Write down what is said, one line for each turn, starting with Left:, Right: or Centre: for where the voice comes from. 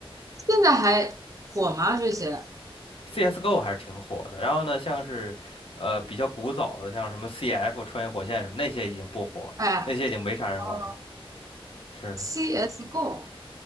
Right: 现在还火吗？这些？
Left: CS:GO 还是挺火的。然后呢，像是呃比较古早的，像什么 CF 穿越火线什么那些已经不火了，
Right: 哎，
Left: 那些已经没啥人玩了。
Right: 哦
Left: 是的，
Right: ，CS:GO，